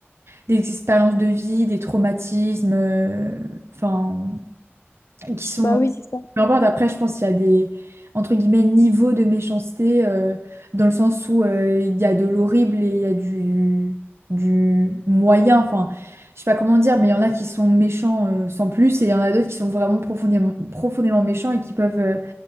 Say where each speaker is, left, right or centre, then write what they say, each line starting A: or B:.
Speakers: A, on the right; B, on the left.
A: des expériences de vie, des traumatismes, euh, enfin, qui sont...
B: Bah oui, c'est ça.
A: Peu importe, après, je pense qu'il y a des, entre guillemets, niveaux de méchanceté, euh, dans le sens où euh, il y a de l'horrible et il y a du, du moyen, enfin, je sais pas comment dire, mais il y en a qui sont méchants euh, sans plus, et il y en a d'autres qui sont vraiment profondément, profondément méchants et qui peuvent euh,